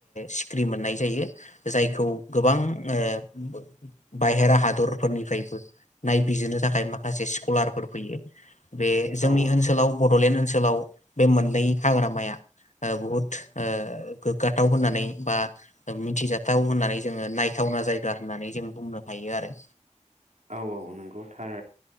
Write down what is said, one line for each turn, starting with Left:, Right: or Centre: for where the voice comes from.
Left: सिखिरि मोननाय जायो। जायखौ गोबां ओ बाहेरा हादरफोरनिफ्रायबो नायबिजिरनो थाखाय मा? माखासे स्कलारफोर फैयो बे जोंनि
Right: औ
Left: ओनसोलाव बड'लेण्ड ओनसोल ओनसोलाव। बे मोननै हाग्रामाया बुहुत गोग्गाथाव होननानै बा मिथिजाथाव होननानै जोङो नायथावना जायगा होननानै जों बुंनो हायो आरो
Right: औ औ नंगौ थार